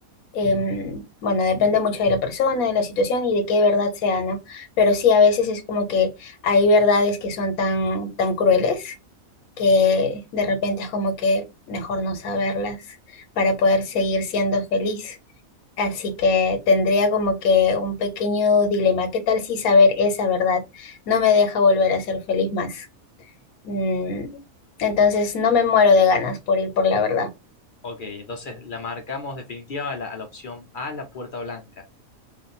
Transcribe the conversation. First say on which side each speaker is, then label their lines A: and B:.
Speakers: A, on the left (about 80°); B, on the left (about 55°).
A: Em, bueno, depende mucho de la persona, de la situación y de qué verdad sea, ¿no? Pero sí, a veces es como que hay verdades que son tan, tan crueles que de repente es como que mejor no saberlas para poder seguir siendo feliz. Así que tendría como que un pequeño dilema. ¿Qué tal si saber esa verdad no me deja volver a ser feliz más? Mm, entonces no me muero de ganas por ir por la verdad.
B: Ok, entonces la marcamos definitiva a la, a la opción A, la puerta blanca.